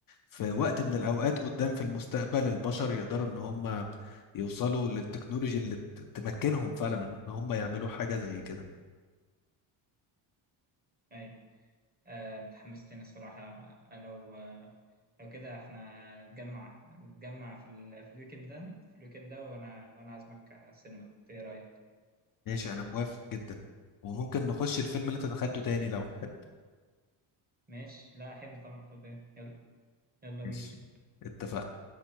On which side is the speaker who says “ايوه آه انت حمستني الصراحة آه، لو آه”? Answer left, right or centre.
Right